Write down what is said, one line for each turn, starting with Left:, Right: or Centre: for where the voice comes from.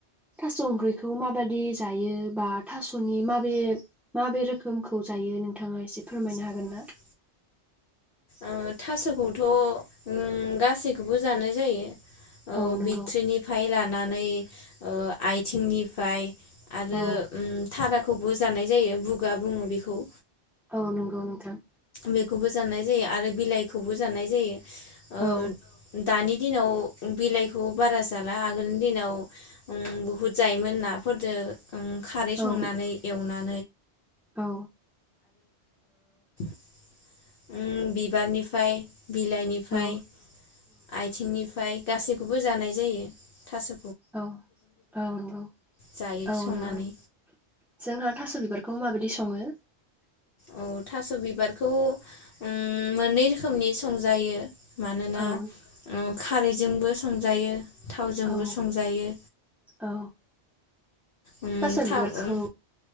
Centre: थास' ओंख्रिखौ माबादि जायो बा थास'नि माबे माबे रोखोमखौ जायो नोंथाङा एसे फोरमायनो
Left: औ
Centre: हागोन
Left: औ
Centre: ना?
Left: ओ थास'खौथ' ओम गासैखौबो जानाय जायो ओ
Centre: औ नंगौ
Left: बिट्रिनिफ्राय लाना नै ओ आइथिंनिफाय आरो
Centre: औ
Left: ओम थारा खौबो जानाय जायो बुगा बुङो बेखौ
Centre: औ नंगौ नोंथां
Left: बेखौबो जानाय जायो आरो बिलाइखौबो जानाय जायो। ओ
Centre: औ
Left: दानि दिनाव बिलाइखौ बारा जाला आगोलनि दिनाव ओम बुहुद जायोमोन नाफोरजो खारै संनानै
Centre: औ
Left: एवना
Centre: औ।
Left: ओम बिबारनिफाय। बिलाइनिफाय
Centre: औ
Left: आथिंनिफाय। गासैखौबो जानाय जायो थास
Centre: औ औ नंगौ
Left: जायो
Centre: औ
Left: संनानै
Centre: नंगौ जोंहा थास बिबारखौ माबायदि सङो
Left: औ थास बिबारखौ ओम मोननै रोखोमनि संजायो। मानोना
Centre: औ
Left: खारैजोंबो संजायो। थावजोंबो
Centre: औ
Left: संजायो
Centre: औ
Left: उम
Centre: थास
Left: था
Centre: बिबारखौ
Left: उम